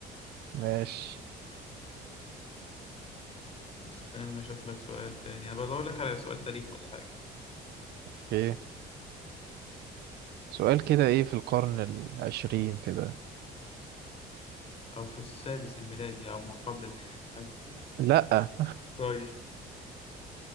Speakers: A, on the right; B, on the left.
A: ماشي
B: استنى اشوف لك سؤال تاني انا بدور لك على سؤال تاريخ ولا حاجه
A: اوكي سؤال كده ايه في القرن العشرين كده
B: او في السادس الميلادي او ما قبل الميلادي حاجه كده
A: لا
B: طيب